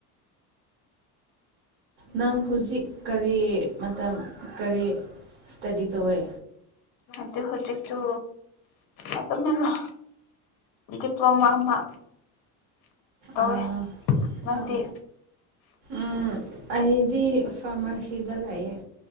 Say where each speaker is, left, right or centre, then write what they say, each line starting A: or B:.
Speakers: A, on the right; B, on the left.
A: ꯅꯪ ꯍꯧꯖꯤꯛ ꯀꯔꯤ ꯃꯇꯝ ꯀꯔꯤ ꯏꯁꯇꯗꯤ ꯇꯧꯋꯦ
B: ꯑꯗꯨ ꯍꯧꯖꯤꯛꯁꯨ ꯑꯗꯨꯞꯅꯅ ꯗꯤꯄ꯭ꯂꯣꯃꯥ ꯑꯃ ꯇꯧꯋꯦ
A: ꯑꯥ
B: ꯅꯪꯗꯤ
A: ꯑꯥ ꯎꯝ ꯑꯩꯗꯤ ꯐꯥꯔꯃꯥꯁꯤꯗ ꯂꯩꯌꯦꯦ